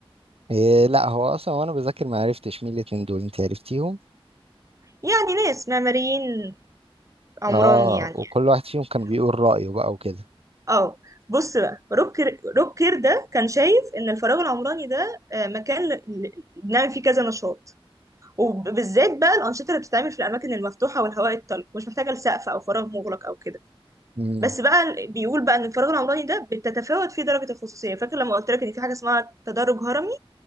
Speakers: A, on the right; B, on the right.
A: إيه لا هو اصلا وانا بذاكر ما عرفتش مين الاتنين دول انت عرفتيهم
B: يعني ناس معماريين عمراني
A: اه
B: يعني
A: وكل واحد فيهم كان
B: اللي
A: بيقول
B: هو-
A: رأيه بقى وكده
B: اه بص بقى روك كير... روك كير ده كان شايف ان الفراغ العمراني ده آه، مكان ل... ل- بنعمل فيه كذا نشاط وبالذات بقى الأنشطة اللي بتتعمل في الأماكن المفتوحة والهواء الطلق مش محتاجة لسقف أو فراغ مغلق أو كده
A: مم،
B: بس بقى ال- بيقول بقى ان الفراغ العمراني ده بتتفاوت فيه درجه الخصوصيه فاكر لما قلت لك ان في حاجه اسمها تدرج هرمي